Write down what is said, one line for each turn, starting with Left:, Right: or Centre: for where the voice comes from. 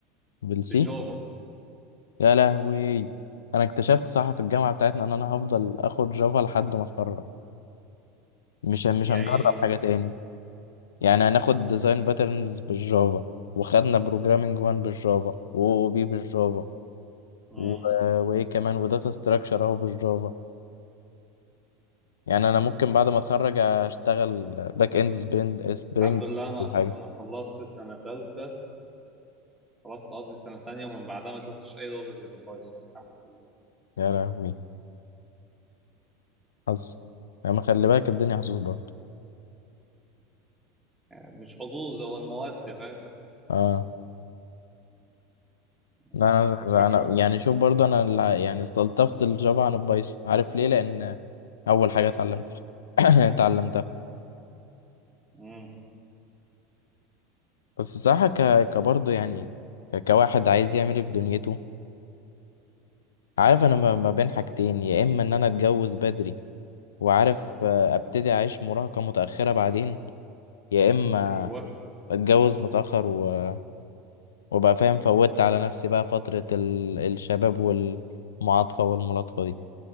Left: بالسي
Centre: بالجافا
Left: يا لهوي انا اكتشفت صح في الجامعة بتاعتنا ان انا هفضل اخد جافا لحد ما اتخرج مش مش
Centre: يا
Left: هنجرب
Centre: عيني
Left: حاجة تاني يعني هناخد ديزاين باترنز بالجافا وخدنا بروجرامينج 1 بالجافا و بي بالجافا
Centre: امم
Left: و... آه، وايه كمان وداتا ستراكشر اهو بالجافا يعني انا ممكن بعد ما اتخرج اشتغل باك اند سبرينج سبرينج
Centre: الحمد لله انا
Left: كل حاجه
Centre: انا خلصت سنه ثالثه خلصت قصدي السنة التانية ومن بعدها ما شفتش أي لغة غير البايثون الحمد لله
Left: يا لهوي حظ يعني ما خلي بالك الدنيا حظوظ برضه
Centre: مش حظوظ هو المواد فاهم
Left: اه
Centre: هي
Left: انا
Centre: الفكرة الكل
Left: انا يعني شوف برضه انا اللي- يعني استلطفت الجافا عن البايثون عارف ليه لان اول حاجه اتعلمتها <coughs> اتعلمتها
Centre: امم
Left: بس صح ك كبرضه يعني ك- كواحد عايز يعمل ايه في دنيته عارف انا ما ما بين حاجتين يا اما ان انا اتجوز بدري وعارف آه، ابتدي اعيش مراهقة متأخرة بعدين يا اما
Centre: أيوه
Left: اتجوز متأخر و- وابقى فاهم فوتت على نفسي بقى فترة ال... الشباب والمعاطفة والملاطفة دي